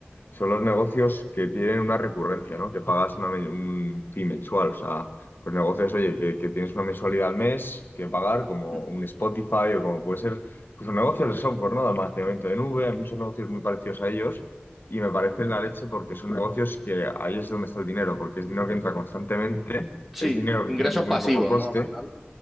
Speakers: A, on the left (about 55°); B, in the centre.
A: Son los negocios que tienen una recurrencia, ¿no? Que pagas una men- un fee mensual. O sea, los negocios, oye, que, que tienes una mensualidad al mes que pagar, como
B: Mm.
A: un Spotify o como puede ser, pues son negocios de software, ¿no? De almacenamiento de nube, hay muchos negocios muy parecidos a ellos. Y me parecen la leche porque son negocios que ahí es donde está el dinero, porque es dinero que entra constantemente,
B: Sí,
A: es dinero que
B: ingresos
A: tienes muy
B: pasivos,
A: poco coste
B: ¿no? Al final.